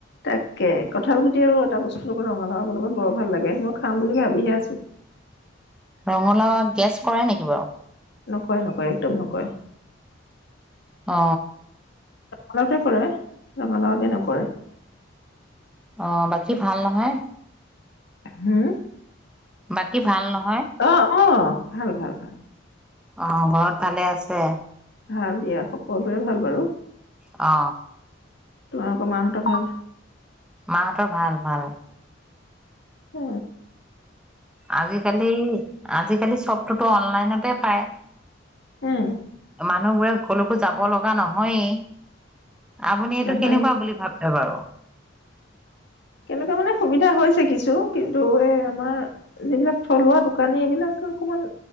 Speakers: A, on the left (about 60°); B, in the centre.
A: তাকে কঠাল গুতিি আৰু এটা বছৰ লগত ৰঙা ৰঙা লগত বৰ ভাল লাগে মই খাম বুলি ভাবিহে আছো
B: ৰঙলা গেছ কৰাই নেকি বাৰু
A: নকয় নকয় একদম নকয়
B: অ
A: ঙালা কৰে ৰঙালা আগে নকৰে
B: অ বাকী ভাল নহয়
A: হা
B: বাকী ভাল নহয়
A: অ অ ভাল ভাল ভাল
B: অ ঘৰত ভালে আছে
A: ভাল দিয়া কবে ভাল বাৰু
B: অ
A: তোমালোকৰ মাহঁত ভাল
B: ততৰ ভাল ভাল
A: উ
B: আজিকালি আজিকালি চবটোতো অনলাইনতে পায়
A: আহ
B: মানুহবোৰে কলৈকো যাব লগা নহয়েই আপুনি এইটো
A: নহয়
B: কেনেকুৱা বুলি ভাবেছে বাৰু
A: কেনেকুৱা মানে সুবিধা হৈছে কিছু কিন্তু এই আমাৰ যিবিলাক থলুৱা দোকানী এইবিলাক অকমান